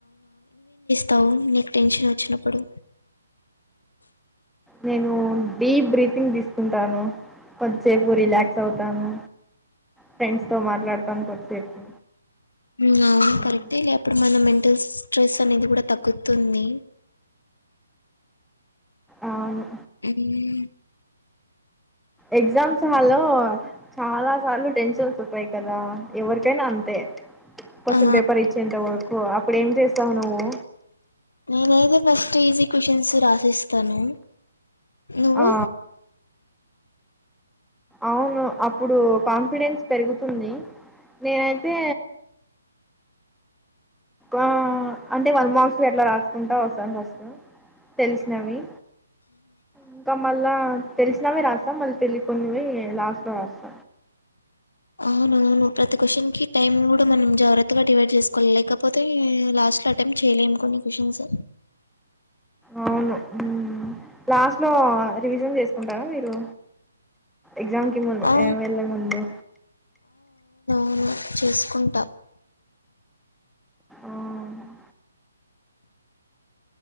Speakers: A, on the left; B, in the centre.
A: తవ్ నీకు టెన్షనొచ్చినప్పుడు
B: నేను డీప్ బ్రీతింగ్ దీస్కుంటాను కొద్దిసేపు రిలాక్స్ అవుతాను ఫ్రెండ్స్తో మాట్లాడ్తాను కొద్దిసేపు
A: ఉమ్ అవును
B: హ్మ్.
A: కరెక్టేలే అప్పుడు మన మెంటల్ స్ట్రెస్ తనేది కూడ తగ్గుతుంది
B: అవును
A: ఎనీ వే
B: ఎగ్జామ్స్ హాల్లో చాలా సార్లు టెన్షన్స్ వొస్తయి కదా ఎవరికైనా అంతే క్వషన్
A: ఆ
B: పేపర్ ఇచ్చేంత వర్కూ అప్పుడేం చేస్తావు నువ్వు
A: నేనైతే ఫస్ట్ ఈజీ క్వషన్స్ రాసేస్తను నువ్వు?
B: ఆ అవును అప్పుడు కాన్ఫిడెన్స్ పెరుగుతుంది నేనైతే ఆ అంటె వన్ మర్క్స్ వి అట్ల రాస్కుంట వస్తాను ఫస్ట్ తెల్సినవి ఇంక మళ్ళా తెల్సినవి రాస్తం మల్ తెలీకున్నవీ లాస్ట్ లో రాస్త
A: అవునవును ప్రతి క్వషన్కి టైం కూడా మనం జాగ్రత్తగా డివైడ్ చేస్కోవాలి లేకపోతే లాస్ట్ అటెంప్ట్ చేయ్యలేము కొన్ని క్వషన్స్
B: అవును ఉమ్మ్ లాస్ట్ లో రివిజన్ జేస్కుంటరా మీరు ఎగ్జామ్ కి ము
A: ఆ
B: ఎ వెళ్లే ముందు
A: ఉమ్ చేస్కుంట
B: ఆ.